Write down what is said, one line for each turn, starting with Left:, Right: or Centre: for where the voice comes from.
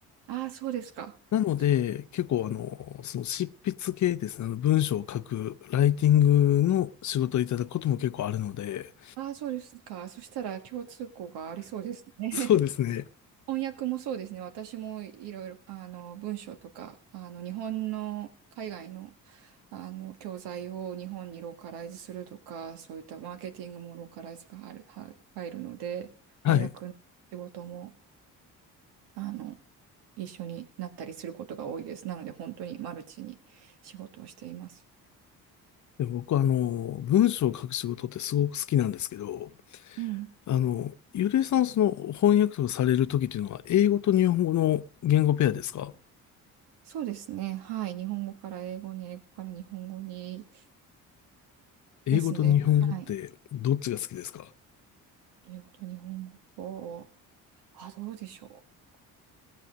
Right: ああ、そうですか。
Left: なので、
Right: そ、
Left: 結構あの、その執筆系ですね、あの文章を書く、ライティングの仕事をいただくことも結構あるので、
Right: ああ、そうですか。そしたら共通項がありそうですね。
Left: そうですね。
Right: 翻訳もそうですね。私もいろいろ、あの、文章とか、あの、日本の海外の、あの、教材を日本にローカライズするとか、そういったマーケティングもローカライズが入る、は入るので、
Left: はい。
Right: 翻訳の仕事も、あの、一緒になったりすることが多いです。なので、本当にマルチに仕事をしています。
Left: で僕はあの、文章を書く仕事ってすごく好きなんですけど、
Right: うん。
Left: あの、ゆりえさんはその翻訳とかされるときっていうのは、英語と日本語の言語ペアですか
Right: そうですね。はい。日本語から英語に、英語から日本語に
Left: 英語と日本語ってどっちが好きですか
Right: ですね。はい。英語と日本語を、あ、どうでしょう。